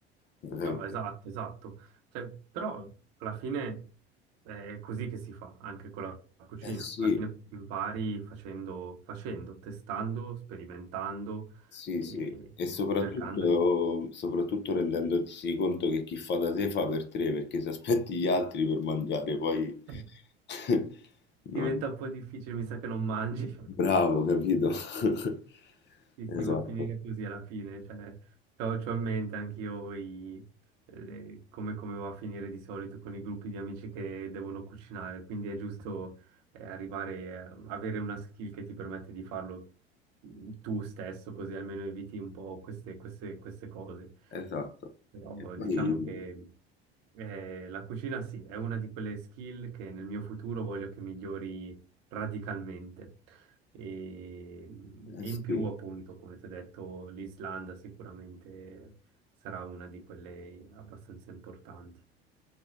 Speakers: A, on the left (about 35°); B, on the right (about 55°).
A: Eh,
B: No, esatto, esatto. Cioè, però alla fine è così che si fa anche con la cucina.
A: eh sì,
B: Alla fine impari facendo, facendo, testando, sperimentando
A: Sì,
B: e
A: sì, e soprattutto,
B: cercando di...
A: soprattutto rendendosi conto che chi fa da sé fa per tre, perché se aspetti gli altri per mangiare, poi...
B: <laughs>
A: <laughs> no,
B: Diventa un po' difficile, mi sa che non mangi. <laughs>
A: Bravo, capito? <laughs>
B: Sì,
A: Esatto,
B: sì, va a finire così alla fine, cioè, c'ho, c'ho in mente anch'io i- le- come, come va a finire di solito con i gruppi di amici che devono cucinare, quindi è giusto eh, arrivare, a- avere una skill che ti permette di farlo mm, tu stesso, così almeno eviti un po' queste, queste- queste cose.
A: esatto.
B: Però
A: E poi...
B: diciamo che eh, la cucina sì, è una di quelle skill che nel mio futuro voglio che migliori radicalmente. E, e
A: eh sì.
B: in più, appunto, come ti ho detto, l'Islanda sicuramente sarà una di quelle abbastanza importanti.